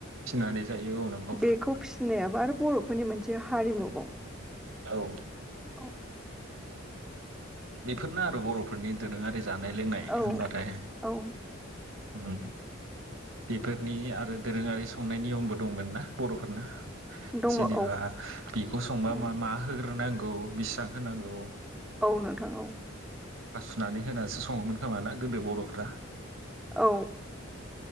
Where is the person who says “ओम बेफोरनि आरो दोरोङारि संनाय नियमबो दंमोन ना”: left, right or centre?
Right